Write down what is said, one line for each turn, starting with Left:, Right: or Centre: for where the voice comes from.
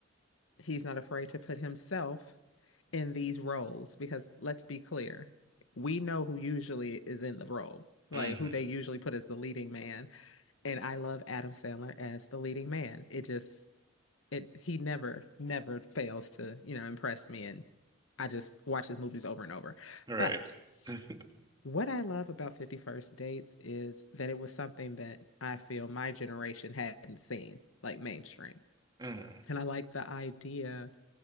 Left: he's not afraid to put himself in these roles because let's be clear, we know who usually is in the role, like
Right: Mm,
Left: who they usually put as the leading man. And I love Adam Sandler as the leading man. It just it he never never fails to you know impress me, and I just watch his movies over and over.
Right: right.
Left: But
Right: <laughs>
Left: what I love about 51st Dates is that it was something that I feel my generation hadn't seen, like mainstream.
Right: Mm,
Left: And I like the idea